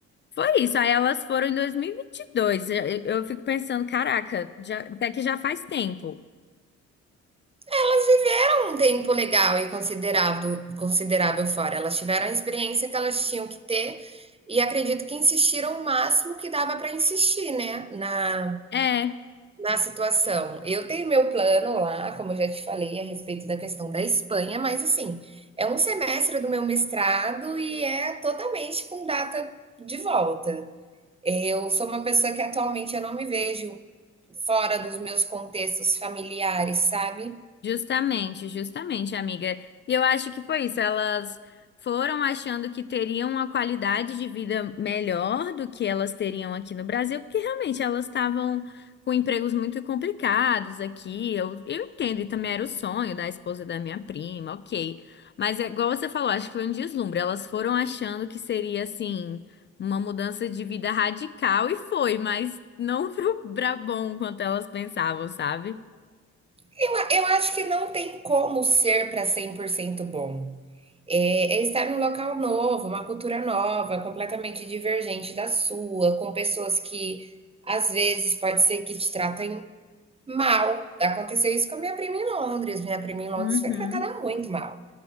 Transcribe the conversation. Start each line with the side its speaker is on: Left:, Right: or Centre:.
Left: foi isso. Aí elas foram em 2022. Eu, eu fico pensando, caraca, já- até que já faz tempo.
Right: Elas viveram um tempo legal e considerado, considerável fora. Elas tiveram a experiência que elas tinham que ter e acredito que insistiram o máximo que dava para insistir, né, na,
Left: É,
Right: na situação. Eu tenho meu plano lá, como eu já te falei, a respeito da questão da Espanha, mas assim, é um semestre do meu mestrado e é totalmente com data de volta. Eu sou uma pessoa que atualmente eu não me vejo fora dos meus contextos familiares, sabe?
Left: Justamente, justamente, amiga. E eu acho que foi isso. Elas foram achando que teriam uma qualidade de vida melhor do que elas teriam aqui no Brasil, porque realmente elas estavam com empregos muito complicados aqui. Eu, eu entendo, e também era o sonho da esposa da minha prima, ok. Mas é igual você falou, acho que foi um deslumbre. Elas foram achando que seria assim, uma mudança de vida radical, e foi, mas não <laughs> para bom quanto elas pensavam, sabe?
Right: Eu, a- eu acho que não tem como ser para 100% bom. É, é estar num local novo, uma cultura nova, completamente divergente da sua, com pessoas que às vezes pode ser que te tratem mal. Aconteceu isso com a minha prima em Londres. Minha prima em Londres
Left: Uhum.
Right: foi tratada muito mal.